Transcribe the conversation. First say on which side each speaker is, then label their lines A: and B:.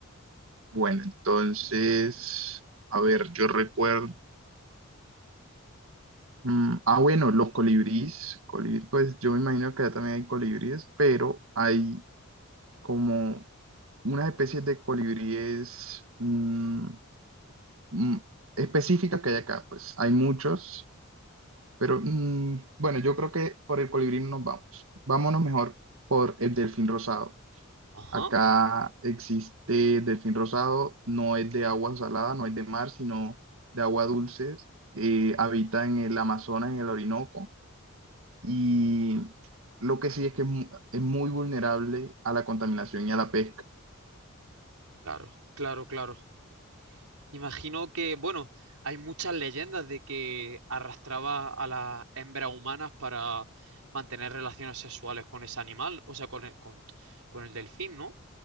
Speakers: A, on the right; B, on the right.
A: bueno, entonces, a ver, yo recuerdo, mm, ah, bueno, los colibríes, colibrí, pues yo me imagino que allá también hay colibríes, pero hay como unas especies de colibríes mm, mm, específicas que hay acá, pues hay muchos, pero mm, bueno, yo creo que por el colibrí no nos vamos. Vámonos mejor por el delfín rosado.
B: Ajá,
A: Acá existe delfín rosado, no es de agua salada, no es de mar, sino de agua dulce. eh, habita en el Amazonas, en el Orinoco, y lo que sí es que es, mu- es muy vulnerable a la contaminación y a la pesca.
B: claro, claro, claro. Imagino que, bueno, hay muchas leyendas de que arrastraba a las hembras humanas para mantener relaciones sexuales con ese animal, o sea, con el, con, con el delfín, ¿no?